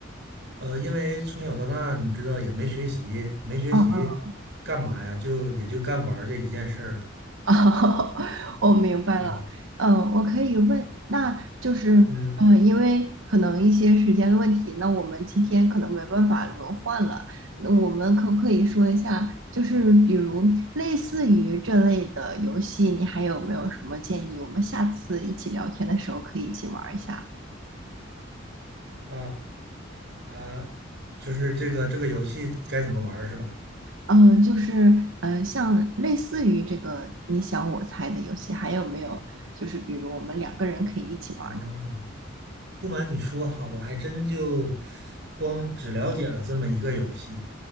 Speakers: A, on the right; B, on the right.
A: 呃，因为从小到大，你知道也没学习，没学习干嘛呀？
B: 嗯嗯
A: 就也就干玩儿这一件事儿了，
B: 哦，<laughs> 我明白了。
A: 是吧？
B: 嗯，我可以问，那就是，
A: 嗯
B: 嗯，因为可能一些时间的问题，那我们今天可能没办法轮换了。那我们可不可以说一下，就是比如类似于这类的游戏，你还有没有什么建议？我们下次一起聊天的时候可以一起玩儿一下。
A: 啊啊，就是这个这个游戏该怎么玩儿是吧？
B: 嗯，就是，嗯，像类似于这个你想我猜的游戏，还有没有？就是比如我们两个人可以一起玩儿的
A: 啊，不瞒你说哈，我还真就光只了解了这么一个游戏。